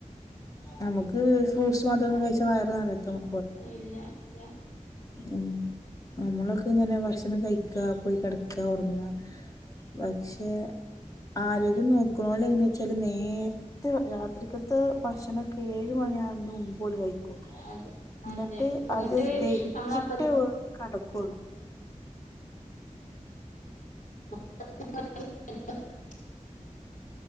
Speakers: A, on the left; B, on the left.
A: നമുക്ക് ഫ്രൂട്സ് മാത്രം കഴിച്ച വയറ് നറയത്തൊന്നു
B: ഏഹ് ഇല്ല ല്ല
A: ഉം നമ്മളൊക്കെ ഇങ്ങനെ ഭക്ഷണം കഴിക്ക പോയി കിടക്ക ഉറങ്ങ പക്ഷെ ആരോഗ്യം നോക്കി നോക്ക്ണോല് എങ്ങനെ വെച്ചാൽ നേരത്തെ രാത്രിക്കത്തെ ഭക്ഷണം ഏഴ് മണിയാവുന്നതിന്റെ മുൻപ് ഓല് കഴിക്കും ക്കും
B: അതെ
A: ഇന്നട്ട്
B: അതെ ഇങ്ങട്ട്
A: അത് ദഹിച്ചിട്ട്
B: നമ്മളപ്പത്ത
A: ഓല് കടക്കുള്ളു
B: <unintelligible>